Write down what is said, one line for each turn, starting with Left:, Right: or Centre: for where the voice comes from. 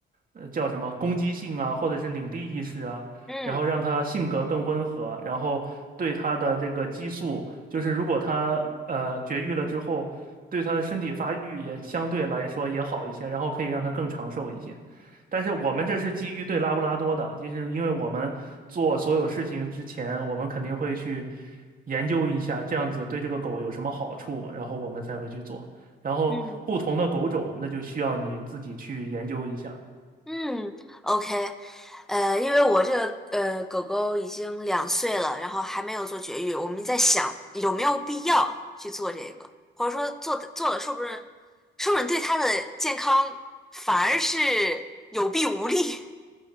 Right: 呃，叫什么攻击性啊，或者是领地意识啊，
Centre: 嗯
Right: 然后让它性格更温和，然后对它的这个激素，就是如果它呃绝育了之后。对他的身体发育也相对来说也好一些，然后可以让他更长寿一些。但是我们这是基于对拉布拉多的，就是因为我们做所有事情之前，我们肯定会去研究一下这样子对这个狗有什么好处，然后我们才会去做。然后不同的狗种，
Centre: 嗯，
Right: 那就需要你自己去研究一下。
Centre: 嗯，OK，呃，因为我这个呃狗狗已经两岁了，然后还没有做绝育，我们在想有没有必要去做这个，或者说做的做了，说不是说不准对它的健康反而是有弊无利。